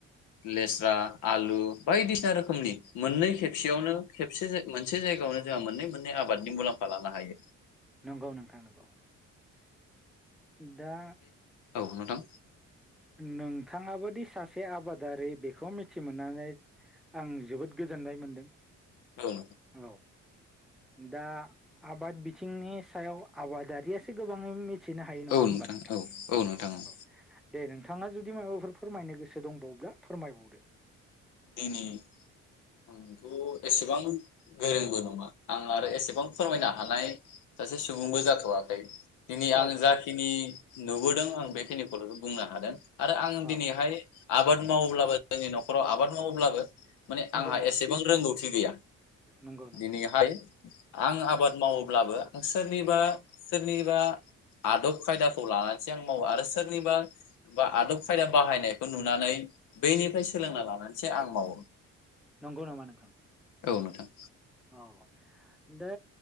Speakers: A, on the left; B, in the centre.
A: लेस्रा आलु बायदिसिना रोखोमनि मोननै खेबसेयावनो खेबसे मोनसे जायगायावनो जोंहा मोननै मोननै आबादनि मुलाम्फा लानो हायो
B: नोंगौ नोंथां नोंगौ दा
A: औ नोंथां
B: नोंथाङाबोदि सासे आबादारि बेखौ मिथि मोननानै आं जोबोद गोजोननाय मोनदों।
A: औ
B: औ दा आबाद बिथिंनि सायाव आबादारियासो गोबाङै मि थिनो हायो नङा
A: औ
B: होमबा नोंथां
A: औ औ नोंथां औ
B: नोंगौ नोंथाङा जुदि माबाफोर फोरमायनो गोसो दंबावब्ला फोरमायबावदो
A: दिनै आंथ एसेबां गोरोंबो नङा आं आरो एसेबां फोरमायनो हानाय सासे सुबुंबो जाथवाखै दिनै आं
B: औ नोंथां
A: जाखिनि नुबोदों आं बेखिनिखौल बुंनो हादों आरो आं दिनैहाय
B: औ
A: आबाद मावोब्लाबो जोंनि नखराव आबाद मावोब्लाबो माने
B: नंगौ
A: आंहा
B: नोंथां
A: एसेबां रोंगौ थि गैया
B: नंगौ नंगौ
A: दिनैहाय
B: नंगौ
A: आं आबाद मावो अब्लाबो सोरनिबा सोरनिबा आदब खायदा खौ लानानैसो आं मावो आरो सोरनिबा बा आदब खायदा बाहायनायखौ नुनानै बैनिफ्राय सोलोंना लानानै एसे आं मावो
B: नोंगौ नामा नोंथां?
A: औ नोंथां
B: अ दा